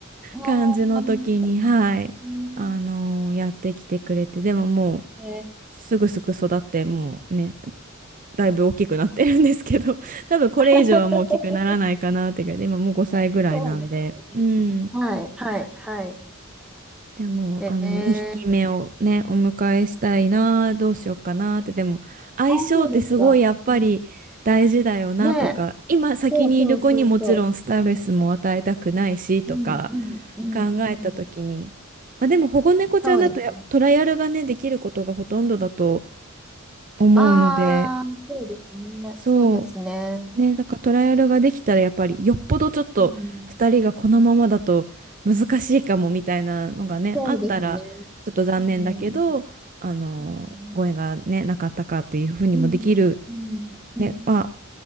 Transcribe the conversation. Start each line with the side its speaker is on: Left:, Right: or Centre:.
Centre: ああ、
Right: 感じの時に、
Centre: う
Right: はい、
Centre: ん
Right: あのーやってきてくれて、でももう、
Centre: ね。
Right: すぐすぐ育って、もうね、だいぶ大きくなってるんですけど、多分これ以上はもう大きくならないかなってぐらいで、
Centre: <laughs>
Right: 今もう5歳ぐらいなんで、
Centre: そうですね。
Right: うん。
Centre: はい、はい、はい。
Right: でも、
Centre: え
Right: あの、2匹目をね、
Centre: ー、
Right: お迎えしたいな、どうしようかなって、でも、相性ってすごいやっぱり大事だよなとか、
Centre: あ、そうですか。ねねえ、
Right: 今先にいる子にもちろんストレスも与えたくないしとか
Centre: そうそうそうそう。うん、うん、うん、
Right: 考えた時に、
Centre: うん。
Right: まあでも保護猫ちゃんだとやトライアルがね、
Centre: そうですね。
Right: できることがほとんどだと思うので、
Centre: ああそうですね。
Right: そ
Centre: そうですね。
Right: う。ね、だからトライアルができたらやっぱりよっぽどちょっと2人がこのままだと難しいかもみたいなのがね、
Centre: うん、そうですね。
Right: あったらちょっと残念だけど、
Centre: うん、
Right: あの、
Centre: うん、
Right: ご縁がね、なかったかっていうふうにもできる、
Centre: うん、うん、うん、
Right: ね、まあ、